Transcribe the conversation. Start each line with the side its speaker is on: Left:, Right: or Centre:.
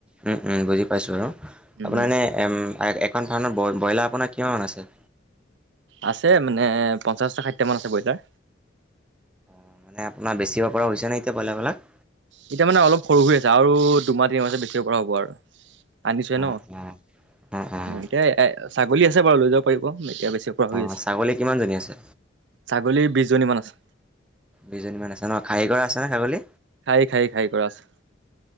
Centre: উম উম বুজি পাইছো আৰু
Right: উম
Centre: আপোনাৰ এনে এখন ফাম। ব্ৰইলাৰ আপোনাৰ কিমান আছে।
Right: আছে মানে পঞ্চাশটা ষাঠিটা মান আছে বইলাৰ।
Centre: অঁ মানে আপোনাৰ বেচিব পৰা হৈছেনে এতিয়া ব্ৰইলাৰবিলাক।
Right: এতিয়া মানে অলপ সৰু হৈ আছে আৰু দুমাহ তিনিমাহছে বেছি। কৰা হ'ব আৰু আনিছোৱে
Centre: অ',
Right: ন
Centre: অ', অ', অ'।
Right: এতিয়া। ছাগলী আছে বাৰ ল যাব পাৰিব এতিয়া। হৈ
Centre: অ',
Right: আছে
Centre: ছাগলী কিমানজনী আছে?
Right: ছাগলীৰ বিশ জনী মান আছে।
Centre: দুজনী মমান আছে ন খাৰহী কৰা আছে নে ছাগলী।
Right: খাই খাই খাই কৰা আছে।